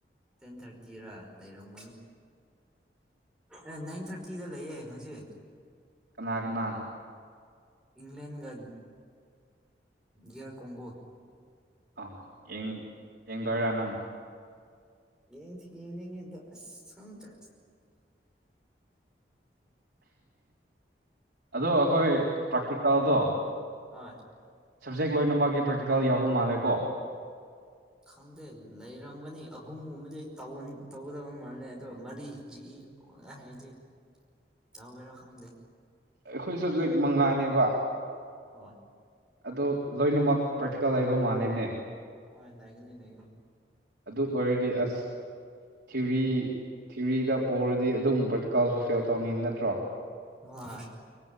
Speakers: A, in the centre; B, on the right.
A: ꯇꯦꯟ ꯊꯥꯔꯇꯤꯔ ꯂꯩꯔꯝꯒꯅꯤ ꯑꯦ ꯅꯥꯏꯟ ꯊꯥꯔꯇꯤꯗ ꯂꯩꯌꯦ ꯉꯁꯤ
B: ꯀꯅꯥ ꯀꯅꯥ
A: ꯏꯪꯂꯦꯟꯒ ꯗꯤꯌꯥꯔ ꯀꯣꯡꯒꯣ
B: ꯑꯥ ꯌꯦꯡ ꯌꯦꯡꯗꯣꯏꯔ ꯅꯪ
A: ꯌꯦꯡꯊꯤ ꯌꯦꯡꯅꯤꯡꯉꯦ ꯑꯗꯣ ꯑꯁ‌ ꯈꯪꯗꯦ
B: ꯑꯗꯣ ꯑꯩꯈꯣꯏ ꯄ꯭ꯔꯥꯛꯇꯤꯀꯜꯗꯣ
A: ꯍꯣꯏ
B: ꯁꯞꯖꯦꯛ ꯂꯣꯏꯅꯃꯛꯒꯤ ꯄ꯭ꯔꯦꯛꯇꯤꯀꯦꯜ ꯌꯥꯎꯕ ꯃꯥꯜꯂꯦꯀꯣ
A: ꯈꯪꯗꯦ ꯂꯩꯔꯝꯒꯅꯤ ꯑꯍꯨꯝꯒꯨꯝꯕꯗꯤ ꯇꯧꯟ ꯇꯧꯒꯗꯕ ꯃꯥꯜꯂꯦ ꯑꯗꯨꯒ ꯃꯔꯤ ꯖꯤ <unintelligible> ꯇꯧꯒꯦꯔ ꯈꯪꯗꯦ
B: ꯑꯩꯈꯣꯏ ꯁꯕꯖꯦꯛ ꯃꯉꯥꯅꯦꯕ
A: ꯍꯣꯏ
B: ꯑꯗꯣ ꯂꯣꯏꯅꯃꯛ ꯄ꯭ꯔꯥꯛꯇꯤꯀꯦꯜ ꯂꯩꯕ ꯃꯥꯜꯂꯦꯅꯦ
A: ꯍꯣꯏ ꯂꯩꯒꯅꯤ ꯂꯩꯒꯅꯤ
B: ꯑꯗꯨ ꯑꯣꯏꯔꯗꯤ ꯑꯁ ꯊꯤꯌꯨꯔꯤ ꯊꯤꯔꯤꯗ ꯄꯣꯔꯗꯤ ꯑꯗꯨꯝ ꯄ꯭ꯔꯥꯛꯇꯤꯀꯦꯜꯁꯨ ꯐꯦꯜ ꯇꯧꯅꯤ ꯅꯠꯇ꯭ꯔꯣ
A: ꯍꯣꯏ